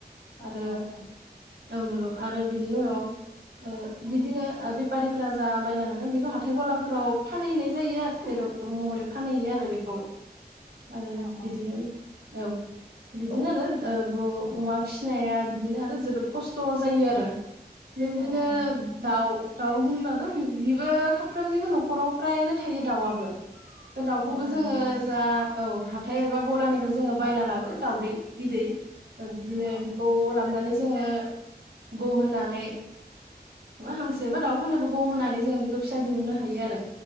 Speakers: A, on the right; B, on the left.
A: आरो
B: औ औ औ
A: औ नंगौ आरो बिनि उनाव ओ बिदिनो ओ बेफारिफोरा जा बायना लांगोन बेखौ हाथाय गलाफोराव फानहैनाय जायो। आरो बेदर महरै फानहैयो आरो बेखौ। आरो
B: औ
A: बिदिनो
B: औ
A: औ बिदिनो आरो ओ ब अमा फिसिनाया बिदिनो आरो जोबोद खस्थ' जायो आरो। नोनिनो
B: औ औ नंगौ नोंथां
A: दाउ-दाउ होनबाथ बिबो साफ्रोमनिबो न'खराव फ्रायानो थायो दाउआबो। दाउखौबो
B: औ औ
A: जोङो
B: नंगौ नोंथां
A: जा औ हा थाय एबा गलानिफ्राय जोङो बायना लाबो दाउदै-बिदै। ओ बिदिनो
B: औ
A: बिखौ लाबोनानै जोङो ग' होनानै हांसो बा दाउफोरनोबो ग' होनानै जों बेखौ फिसा दिहुननो हायो आरो।